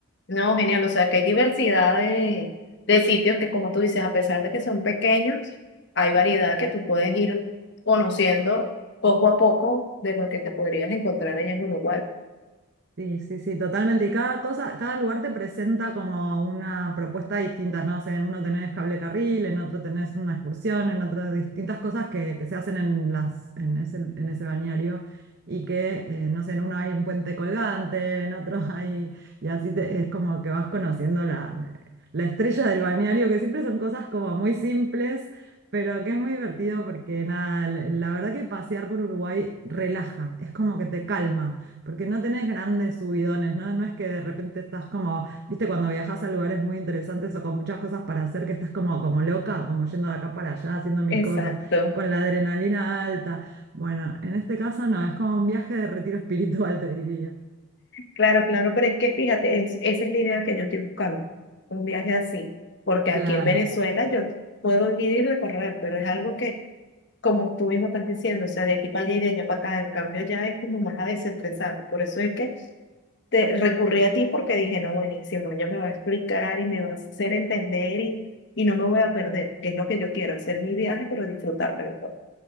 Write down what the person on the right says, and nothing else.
Sí, sí, sí, totalmente. Y cada cosa, cada lugar te presenta como una propuesta distinta, ¿no? O sea, en uno tenés cable carril, en otro tenés una excursión, en otro distintas cosas que, que se hacen en las, en ese, en ese balneario y que, eh, no sé, en uno hay un puente colgante, en otro <laughs> hay, y así te- es como que vas conociendo la, la estrella del balneario, que siempre son cosas como muy simples, pero que es muy divertido porque nada, la la verdad que pasear por Uruguay relaja, es como que te calma. Porque no tenés grandes subidones, ¿no? No es que de repente estás como, viste, cuando viajas a lugares muy interesantes o con muchas cosas para hacer, que estás como, como loca, como yendo de acá para allá, haciendo mil
cosas, con la adrenalina alta. Bueno, en este caso no, es como un viaje de retiro espiritual, <laughs> te diría.
Claro.